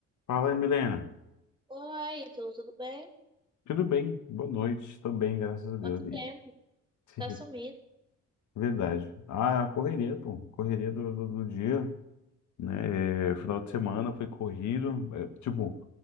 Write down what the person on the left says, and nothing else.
Fala aí, Milena.
Tudo bem? Boa noite. Tô bem, graças a Deus.
E-
<laughs>
Verdade. Ah, é a correria, pô. Correria do, do, do dia, né? É, Final de semana foi corrido. É, tipo,